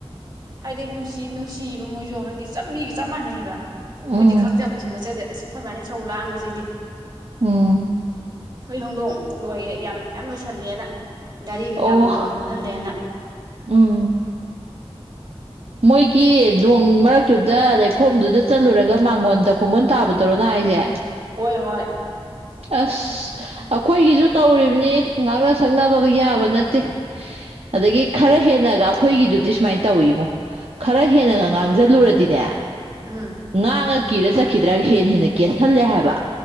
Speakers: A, on the right; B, on the right.
A: ꯍꯥꯏꯗꯤ ꯅꯨꯡꯁꯤ ꯅꯨꯡꯁꯤꯕ ꯃꯣꯏꯁꯨ ꯍꯥꯏꯗꯤ ꯆꯞꯃꯤꯒ ꯆꯞ ꯃꯥꯟꯅꯩꯑꯕ
B: ꯎꯝ
A: ꯃꯣꯏꯗꯤ ꯈꯪꯖꯕꯁꯨ ꯅꯠꯆꯗꯦꯗꯁꯨꯨꯝ ꯑꯩꯈꯣꯏ ꯃꯥꯅ ꯏꯁꯧꯂꯥꯡꯕ ꯁꯤꯗꯤ
B: ꯎꯝ
A: ꯍꯏ ꯍꯣꯡꯗꯣꯡ ꯂꯣꯏꯌꯦ ꯌꯥꯝ ꯌꯥꯝ ꯂꯣꯏꯁꯜꯂꯦꯅ ꯒꯥꯔꯤ ꯀꯩꯀꯥ
B: ꯑꯣ
A: ꯃꯥꯡꯒꯣꯟꯜ ꯃꯠꯍꯜꯂꯦꯅ
B: ꯎꯝ ꯃꯣꯏꯒꯤ ꯅꯣꯡ ꯃꯔꯛꯇꯨꯗ ꯂꯩꯩꯈꯣꯝꯗꯨꯗ ꯆꯠꯂꯨꯔꯒ ꯃꯥꯡꯒꯣꯟꯗ ꯈꯣꯡꯒꯨꯣꯟ ꯇꯥꯕ ꯗꯣꯔꯥ ꯍꯥꯏꯖꯦ
A: ꯍꯣꯏ ꯍꯣꯏ
B: ꯑꯁ ꯑꯩꯈꯣꯏꯒꯤꯁꯨ ꯇꯧꯔꯤꯕꯅꯤ ꯉꯥꯛꯅ ꯁꯛꯅꯕꯒ ꯌꯥꯕ ꯅꯠꯇꯦ ꯑꯗꯒꯤ ꯈꯔ ꯍꯦꯟꯅꯒ ꯑꯩꯈꯣꯏꯒꯤꯗꯨꯗꯤ ꯁꯨꯃꯥꯏꯅ ꯇꯧꯋꯤꯉꯣ ꯈꯔ ꯍꯦꯟꯅꯒ ꯉꯥꯡꯁꯤꯜꯂꯨꯔꯗꯤꯅꯦ
A: ꯎꯝ
B: ꯉꯥꯡꯉ ꯀꯤꯔ ꯆꯠꯈꯤꯗ꯭ꯔꯒ ꯍꯦꯟꯅ ꯍꯦꯟꯅ ꯀꯦꯁꯜꯂꯦ ꯍꯥꯏꯕ